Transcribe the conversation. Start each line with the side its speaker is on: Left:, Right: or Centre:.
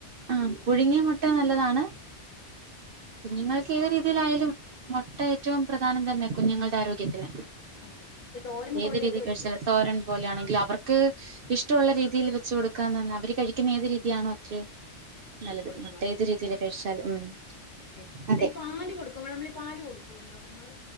Right: ആഹ് പുഴുങ്ങിയ മുട്ട നല്ലതാണ് കുഞ്ഞുങ്ങൾക്ക് ഏത് രീതിലായാലും മൊട്ട ഏറ്റവും പ്രധാനം തന്നെ കുഞ്ഞുങ്ങളുടെ ആരോഗ്യത്തിന്
Left: അതെ ഒരു തോരൻ
Right: ഏത്
Left: പോലെയൊക്കെ
Right: രീതിൽ കഴിച്ചാലും
Left: വെച്ച്
Right: തോരൻ പോലെയാണെങ്കിലും അവർക്ക്
Left: ആ
Right: ഇഷ്ടൊള്ള രീതി രീതിയിൽ വെച്ച് കൊടുക്കാനൊന്ന അവര് കഴിക്കുന്ന ഏത് രീതിയാണോ അത്രയൊ നല്ലത്
Left: കൊടുക്കണം
Right: മൊട്ടേ ഏത് രീതിൽ കഴിച്ചാലും ഉം
Left: തെ
Right: അതെ
Left: ഈ പാല് കൊടുക്കമ്പ നമ്മള് ഈ പാല് കൊടുക്കൂല്ലോ നമ്മള്